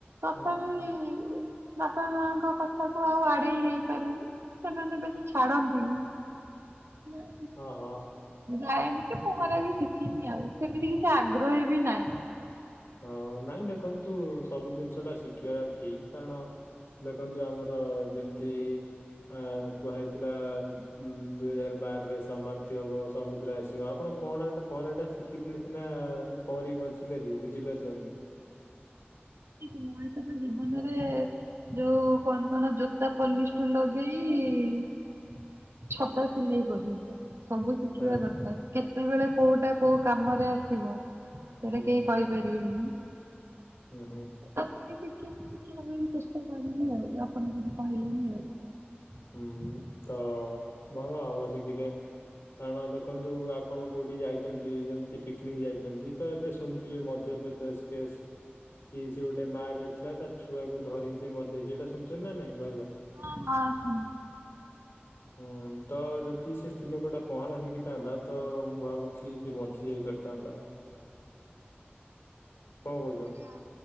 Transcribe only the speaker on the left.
ହୁଁ
ଓ ହୋ।
ହଁ ନାଇଁ ଦେଖନ୍ତୁ ସବୁ ଜିନିଷ ଟା ଶିଖିବାଟା ଠିକ୍ କାରଣ ଦେଖନ୍ତୁ ଆମର ଯେମିତି ଅ କୁହାହେଇଥିଲା ଉ ଦୁଇ ହଜାର ବାର ରେ ସମାପ୍ତି ହବ ସମୁଦ୍ର ଆସିବ ଆପଣ ପହଁରା ପରେଟା ଶିଖିଥିଲେ ସିନା ପହଁରିବ। ବଞ୍ଚି ପାରିବେ ବୁଝି ପାରୁଛନ୍ତି?
ହଁ
ହୁଁ
ହୁଁ ହୁଁ
ହୁଁ ତ ଭଲ ହବ ଶିଖିତେ। କାରଣ ଦେଖନ୍ତୁ ଆପଣ କୋଉଠି ଯାଇଛନ୍ତି ଯେମିତି ପିକନିକ୍ ଯାଇଛନ୍ତି ତ ଏବେ ଶୁଣିଥିବେ ମଧ୍ୟ ପ୍ରଦେଶ କେସ୍। କି ସେ ଗୋଟେ ମାଆ ଯାଇଥିଲା ତା ଛୁଆକୁ ଧରିକି ସେ ମରିଯାଇଛି ଏଇଟା ଶୁଣିଛନ୍ତି ନା ନାଇଁ ଭାଉଜ।
ହୁଁ ତ ଯଦି ସେ ସ୍ତ୍ରୀ ଲୋକ ଟା ପହଁରା ଶିଖିଥାନ୍ତା ତ ମୁଁ ଭାବୁଛି ସେ ବଞ୍ଚି ଯାଇ ପାରିଥାଆନ୍ତା। ପାରିଥାଆନ୍ତା। କହୁଛ